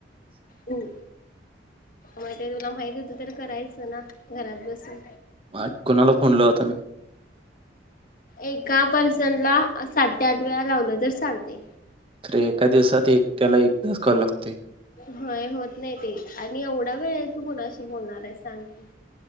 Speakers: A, on the left; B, on the right.
A: हम् माहित तुला माहती होत तर करायचं ना घरात बसून
B: मा कोणाला फोन लावू आता मी
A: एका पर्सन ला सात ते आठ वेळा लावलं तर चालतय
B: तर एका दिवसात एकट्याला एकदाच कॉल लागतोय
A: होय होत नाही ते आणि एवढा वेळ तू कोणाशी बोलणार आहे सांग की